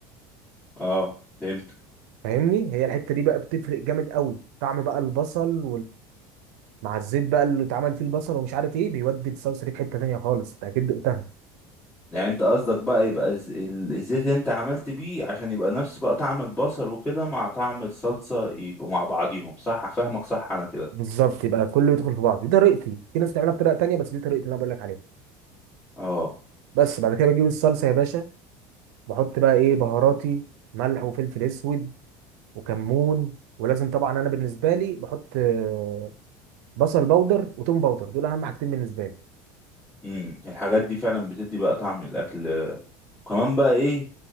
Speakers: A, on the left; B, on the right.
A: اه فهمت
B: فاهمني هي الحته دي بقى بتفرق جامد قوي طعم بقى البصل مع الزيت بقى اللي اتعمل فيه البصل ومش عارف ايه بيودي الصلصه دي في حته تانيه خالص انت اكيد دقتها
A: يعني انت قصدك بقى يبقى الز- ال- الزيت اللي انت عملت بيه عشان يبقى نفس بقى طعم البصل وكده مع طعم الصلصه يبقوا مع بعضيهم صح فاهمك صح انا كده
B: بالظبط يبقى كله يدخل في بعض دي طريقتي في ناس تعملها بطريقه تانيه بس دي طريقتي اللي انا بقول لك عليها
A: اه
B: بس بعد كده بجيب الصلصه يا باشا بحط بقى ايه بهاراتي ملح وفلفل اسود وكمون ولازم طبعا انا بالنسبه لي بحط آه، بصل بودر وتوم بودر دول اهم حاجتين بالنسبه لي
A: امم الحاجات دي فعلا بتدي بقى طعم الاكل كمان بقى ايه